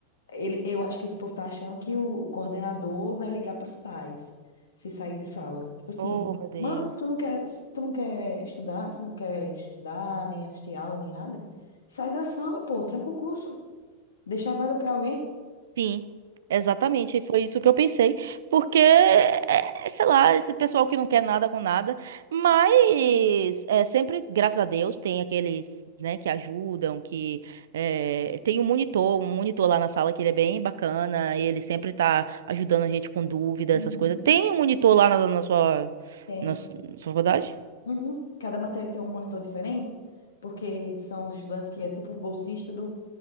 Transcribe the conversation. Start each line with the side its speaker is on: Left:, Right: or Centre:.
Left: Ele, eu acho que esse povo tá achando que o, o coordenador vai ligar para os pais se sair de sala. Tipo assim,
Right: Oh, meu Deus.
Left: mano, se tu não quer, se tu não quer estudar, se não quer estudar, nem assistir aula, nem nada, sai da sala, pô, tranca o curso, deixa a vaga para alguém.
Right: Sim, exatamente. e Foi isso que eu pensei. Porque, é, sei lá, esse pessoal que não quer nada com nada. Mas é, sempre, graças a Deus, tem aqueles, né, que ajudam, que é, tem um monitor, um monitor lá na sala que ele é bem bacana, e ele sempre tá ajudando a gente com dúvidas,
Left: Uhum.
Right: essas coisas. Tem um monitor lá na, na sua,
Left: Tem.
Right: na su- sua faculdade?
Left: Uhum. Cada matéria tem um monitor diferente, porque são os estudantes que é tipo bolsista do,